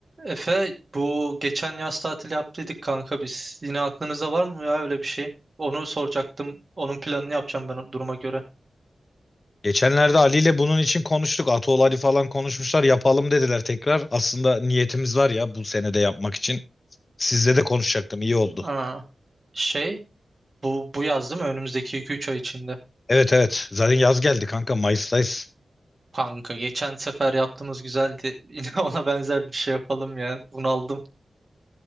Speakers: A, on the right; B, on the left.
A: Efe bu geçen yaz tatil yaptıydık kanka biz. Yine aklınızda var mı ya öyle bir şey? Onu soracaktım. Onun planını yapacağım ben o duruma göre.
B: Geçenlerde Ali ile bunun için konuştuk. Atol Ali falan konuşmuşlar. Yapalım dediler tekrar. Aslında niyetimiz var ya bu senede yapmak için. Sizle de konuşacaktım. İyi oldu.
A: Aa, şey bu bu yaz değil mi? Önümüzdeki iki üç ay içinde.
B: Evet evet. Zaten yaz geldi kanka. Mayıs'tayız.
A: Kanka geçen sefer yaptığımız güzeldi. <laughs> Yine ona benzer bir şey yapalım ya. Bunaldım.